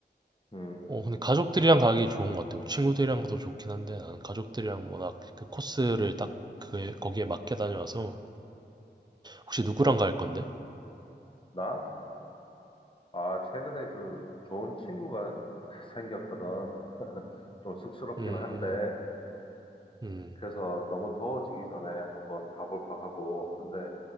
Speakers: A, on the left (about 30°); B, on the right (about 25°).
A: 음,
B: 어, 근데 가족들이랑 가기 좋은 것 같아. 뭐 친구들이랑도 좋긴 한데, 나는 가족들이랑 워낙 그 코스를 딱 그, 거기에 맞게 다녀와서. 혹시 누구랑 갈 건데?
A: 나? 아, 최근에 그 좋은 친구가 <laughs> 생겼거든. 좀 쑥스럽긴
B: 음,
A: 한데,
B: 음.
A: 그래서 너무 더워지기 전에 한번 가볼까 하고, 근데